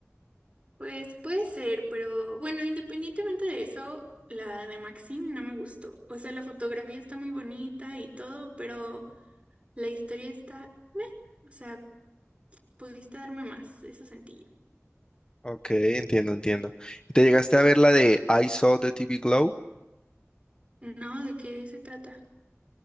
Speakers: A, on the right; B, on the left.
A: Pues puede ser, pero bueno, independientemente de eso, la de Maxim no me gustó. O sea, la fotografía está muy bonita y todo, pero la historia está... meh. O sea, pudiste darme más, eso sentí yo.
B: Ok, entiendo, entiendo. ¿Y te llegaste a ver la de I Saw the TV Glow?
A: No, ¿de qué se trata?